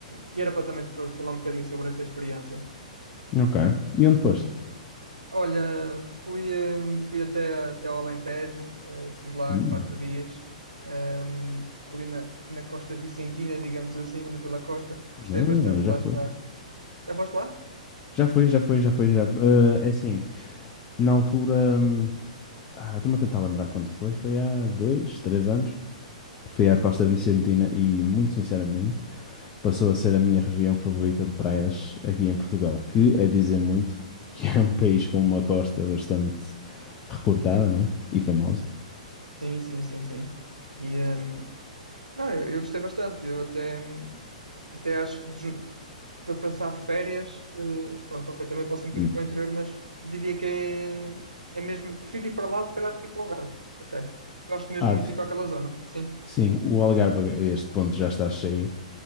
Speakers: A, on the right (about 80°); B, on the left (about 25°).
A: e era para também para falar um bocadinho sobre essa experiência.
B: ok. E onde foste?
A: Olha, fui, hum, fui até, até ao Alentejo, eh, estive lá
B: Hum,
A: quatro dias, hum, ali na, na Costa Vicentina, digamos assim, ali pela costa.
B: não,
A: Gostei bastante de
B: já
A: lá
B: foi.
A: estar. Já foste lá?
B: Já foi, já foi, já foi, já. Ah, é assim, na altura. hum, Ah, estou-me a tentar lembrar quando foi. Foi há dois, três anos. Fui à Costa Vicentina e, muito sinceramente, passou a ser a minha região favorita de praias aqui em Portugal, que é dizer muito que é um <laughs> país com uma costa bastante recortada, não é? E famosa.
A: Sim, sim, sim, sim. E, hum, Não, eu, eu gostei bastante. Eu até, até acho que desu- para passar férias, eh, pronto, ok, também posso ir um bocadinho
B: Hum.
A: para o interior, mas diria que é, é mesmo. Prefiro ir para lá, se calhar, do que ir para o Algarve. Até. Gosto mesmo
B: Ah,
A: muito
B: de-
A: de ir para aquela zona. Sim.
B: sim, o Algarve a este ponto já está cheio.